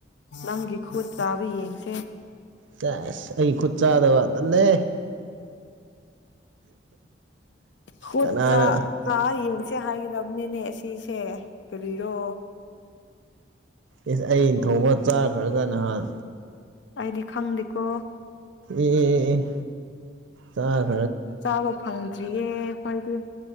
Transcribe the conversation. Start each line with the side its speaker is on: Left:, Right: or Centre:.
Left: ꯅꯪꯒꯤ ꯈꯨꯠ ꯆꯥꯕ ꯌꯦꯡꯁꯦ
Right: ꯆꯁ ꯑꯩ ꯈꯨꯠ ꯆꯥꯗꯕ ꯇꯜꯂꯦ
Left: ꯍꯣꯥꯥ
Right: ꯀꯅꯥꯅ
Left: ꯌꯦꯡꯁꯦ ꯍꯥꯏꯒꯗꯕꯅꯤꯅꯦ ꯁꯤꯁꯦ ꯀꯔꯤꯔꯣ
Right: ꯏꯁ ꯑꯩꯅ ꯊꯣꯡꯕ ꯆꯥꯈ꯭ꯔꯒ ꯅꯍꯥꯟ
Left: ꯑꯗꯤ ꯈꯪꯗꯦꯀꯣ
Right: ꯑꯦ ꯆꯥꯛ
Left: ꯆꯥꯕ ꯐꯪꯗ꯭ꯔꯤꯌꯦ ꯑꯩꯈꫭꯏꯗꯤ